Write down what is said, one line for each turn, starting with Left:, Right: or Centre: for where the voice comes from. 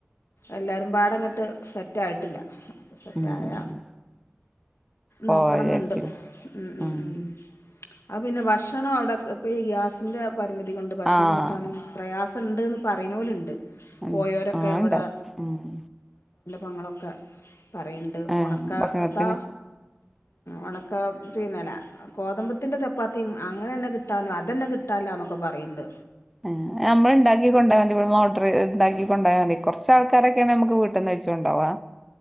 Left: എല്ലാരും പാടം കിട്ട് സെറ്റ് ആയിട്ടില്ല സെറ്റായ
Centre: ഉം പോവാ
Left: നോക്കണം
Centre: വിചാരിച്ചില്ലേ
Left: ന്നുണ്ട് മ് മ്
Centre: ഉം
Left: ആ പിന്നെ ഭക്ഷണം അവിടെ ഇപ്പം ഈ ഗ്യാ--സിൻ്റെ പരിമിതി കൊണ്ട് ഭക്ഷണം
Centre: ആഹ്
Left: കിട്ടാനും പ്രയാസംണ്ട്ന്ന് പറയുനോലുണ്ട്
Centre: ഉം
Left: പോയോരൊക്കെ
Centre: ആഹ്
Left: അവിടെ
Centre: ഇണ്ടാക്കും ഉം
Left: ങ്ങളൊക്കെ പറയണ്ട്
Centre: ആഹ്
Left: ഉണക്ക---ത്താ
Centre: ഭക്ഷണത്തിന്
Left: ഉണക്ക പി <unintelligible> ത്തിന്റെ ചപ്പാത്തിയും അങ്ങനെ തന്നെ കിട്ടാനും അതന്നെ കിട്ടാനില്ലാന്നൊക്കെ പറയണ്ണ്ണ്ട്
Centre: ആ നമ്മളിണ്ടാക്കി കൊണ്ടാ മതി ഇവിടന്ന് ഓർഡർ ഇണ്ടാക്കി കൊണ്ടാ മതി കൊറച്ചാൾക്കാരൊ ക്കെണെ നമുക്ക് വീട്ടീന്ന് വെച്ചുണ്ടാവാ